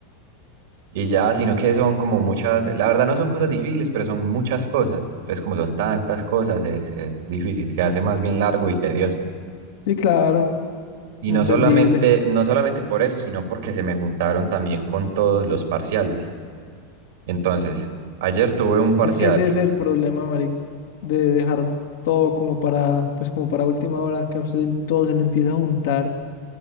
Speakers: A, on the right; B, on the left.
A: Y ya, sino que son como muchas, la verdad no son cosas difíciles, pero son muchas cosas. Entonces, como son tantas cosas, es, es difícil, se hace más bien largo y tedioso.
B: Sí, claro,
A: Y
B: entendible.
A: no solamente, no solamente por eso, sino porque se me juntaron también con todos los parciales. Entonces, ayer tuve un parcial,
B: Es que ese es el problema, Mari, de dejar todo como para, pues como para última hora, que a usted todo se le empieza a juntar